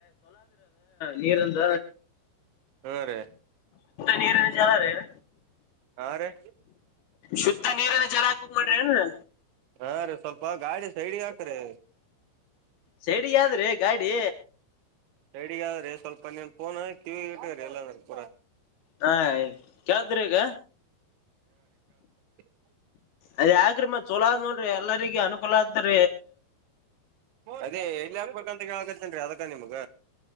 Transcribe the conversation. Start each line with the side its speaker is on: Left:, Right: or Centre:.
Left: ನೀರ್ಂದ
Right: ಹಾ ರೀ
Left: ನೀರ ಜರ ರ
Right: ಹಾ ರೀ
Left: ಶುದ್ಧ ನೀರನ ಜಲಕ ಮಾಡ ಹ್ಮ್ಮ್.
Right: ಹಾ ರೀ ಸ್ವಲ್ಪ ಗಾಡಿ ಸೈಡ್ಿಗೆಾಕ್ರೀ
Left: ಸೆಡಿಗಾದ್ರಿ ಗಾಡಿ
Right: ರೆಡಿಗ ಆದ್ರಿ ಸ್ವಲ್ಪ ನೀನ್ ಫೋನ್ ಕಿವಿ ಇಟ್ಟ್ರಿ ಎಲ್ಲಂದ ಪೂರ
Left: ಹಾ ಯಾವ್ದ್ರ ಈಗ
Right: ಹ
Left: ಅದ ಯಾಕ್ರೆಮ್ಮ ಚಲೋ ನೋಡ್ರಿ ಎಲ್ಲರಿಗ ಅನುಕ ಲಾದ್ರ
Right: ಅದೇ ಎಲ್ಲಿ ಹಾಕ್ಬೇಕಂತ ಕಕತ್ತೇನ್ೀ ಅದಕ್ಕ ನಿಮಗ